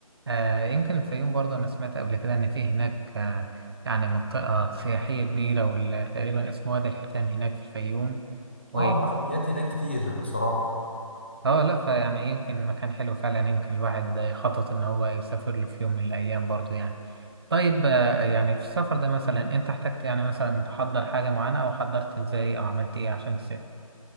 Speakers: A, on the right; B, on the left.
A: آه يمكن الفيوم برضه أنا سمعت قبل كده إن في هناك آه يعني منطقة سياحية كبيرة واللي تقريبا اسمه وادي الحيتان هناك في الفيوم و
B: اه المحميات هناك كتير بصراحة
A: اه لا فيعني يمكن مكان حلو فعلا يمكن الواحد يخطط إن هو يسافر له في يوم من الأيام برضه يعني طيب آه يعني في السفر ده مثلا أنت احتجت يعني مثلا تحضر حاجة معينة أو حضرت إزاي أو عملت إيه عشان تسافر؟